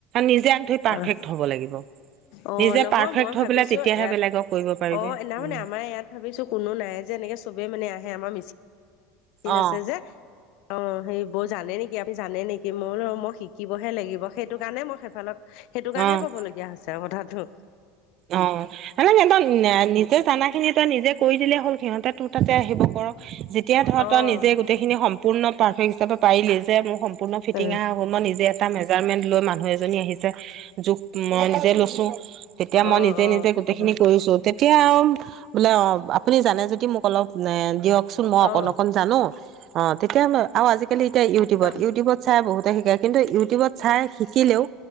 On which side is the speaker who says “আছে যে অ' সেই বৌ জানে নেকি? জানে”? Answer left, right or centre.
Left